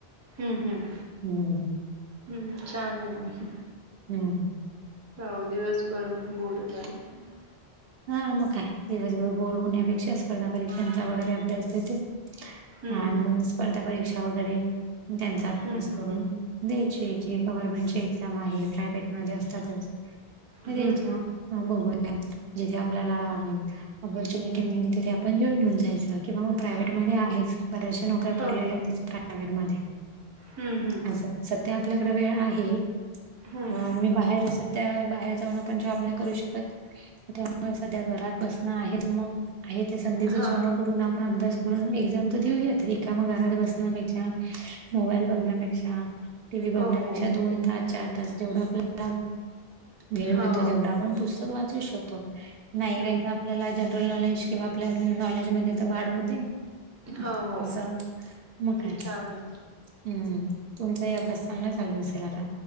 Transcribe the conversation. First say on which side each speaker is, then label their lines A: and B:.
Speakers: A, on the right; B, on the right.
A: हम्म हम्म
B: हम्म,
A: हम्म छान आहे.
B: हम्म.
A: हो दिवसभर बोर झालं पण <unintelligible>
B: हा मग काय दिवसभर बोर होण्यापेक्षा स्पर्धा परीक्षांचा वगैरे अभ्यास देते.
A: हम्म
B: हा आणि
A: हम्म
B: स्पर्धा परीक्षा वगैरे त्यांचा अभ्यास
A: हम्म
B: करून. द्यायची याची ची गव्हर्नमेंटची एक्झाम आहे प्रायव्हेटमध्ये असतातच द्यायच्या.
A: हम्म हम्म हम्म
B: <unintelligible> ह बघूया जिथे आपल्याला. ऑपॉर्च्युनिटी मिळेल तिथे आपण जॉईन हुन जायचं किंवा म प्रायववेटध्ये आहे च बऱचश्या नोक ऱ्या
A: हो
B: पडलेल्या त्याच प्रायवट मधे
A: हम्म हम्म
B: अस सध्या आपल्याकडे वेळ आहे.
A: हम्म
B: हा
A: हम्म
B: मी बाहेर सध्या बाहेर जाऊन आपण जॉब नाही करू शकत. त्यामुळे सध्या घरात बसणं आहेत मग आहे ते संधीचं
A: हा
B: सोनं करून आप पण अभ्यास करून एक्झाम तर देऊशत <unintelligible> ठेऊयाेत रिकाम घरात बसण्यापेक्षा मोबाईल बघण्यापेक्षा. टी व्ही बघण्यापेक्षा
A: हो हो
B: दोन तास चार तास जेवढा आपल्या. वेळ
A: हो
B: मिळतो तेवढा आपण पुस्तक वाचू शकतो नाही
A: हम्म
B: काही का आप <unintelligible> आपल्याला जनरल नॉलेज किंवा आपल्या नॉलेजमध्ये त वाढ होते. अस
A: हो हो हम्म
B: म काय हम्म
A: छान आहे
B: तुमचाही अभ्यास चांगला चालू असेल आता